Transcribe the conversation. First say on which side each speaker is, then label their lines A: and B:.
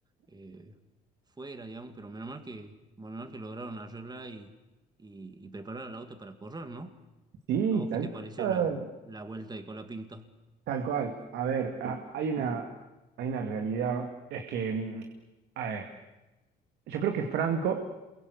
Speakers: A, on the right; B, on the right.
A: eh, fuera, digamos, pero menos mal que, menos mal que lograron arreglar y, y, y preparar el auto para correr, ¿no?
B: Sí,
A: ¿A vos
B: tal
A: qué te pareció
B: cual.
A: la, la vuelta de Colapinto?
B: Tal cual. A ver, a- hay una, hay una realidad. Es que mm, a ver, yo creo que Franco.